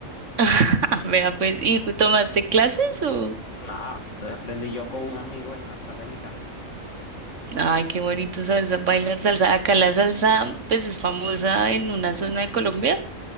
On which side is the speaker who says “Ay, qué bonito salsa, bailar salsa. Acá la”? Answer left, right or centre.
Right